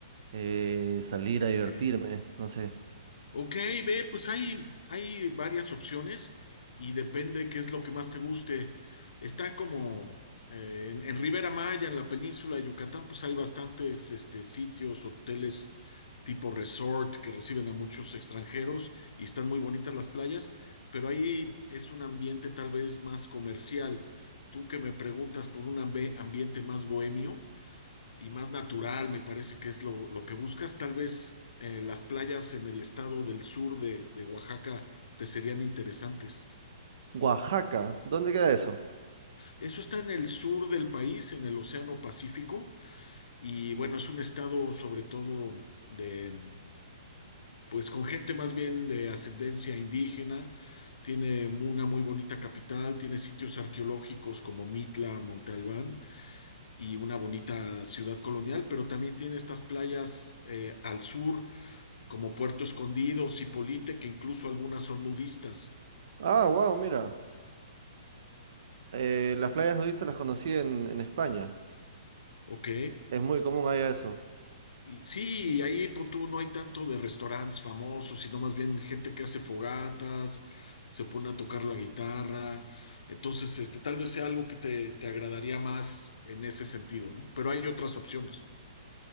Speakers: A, on the right; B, on the left.
A: eh, salir a divertirme,
B: Ok.
A: no sé.
B: Ok, ve, pues hay, hay varias opciones y depende qué es lo que más te guste. Está como eh, en, en Ribera Maya, en la península de Yucatán, pues hay bastantes este, sitios, hoteles tipo resort que reciben a muchos extranjeros y están muy bonitas las playas, pero ahí es un ambiente tal vez más comercial. Tú que me preguntas por un ambi- ambiente más bohemio y más natural, me parece que es lo, lo que buscas. Tal vez eh, las playas en el estado del sur de, de Oaxaca te serían interesantes.
A: Oaxaca, ¿dónde queda eso?
B: Eso está en el sur del país, en el Océano Pacífico, y bueno, es un estado sobre todo de, pues con gente más bien de ascendencia indígena. Tiene una muy bonita capital, tiene sitios arqueológicos como Mitla, Monte Albán y una bonita ciudad colonial, pero también tiene estas playas eh, al sur como Puerto Escondido, Cipolite, que incluso algunas son nudistas.
A: Ah, wow, mira. eh, las playas nudistas las conocí en, en España.
B: Ok.
A: Es muy común allá eso.
B: Y sí, ahí pues, tú no hay tanto de restaurantes famosos, sino más bien gente que hace fogatas, se pone a tocar la guitarra. Entonces, este, tal vez sea algo que te, te agradaría más en ese sentido, ¿no? Pero hay otras opciones.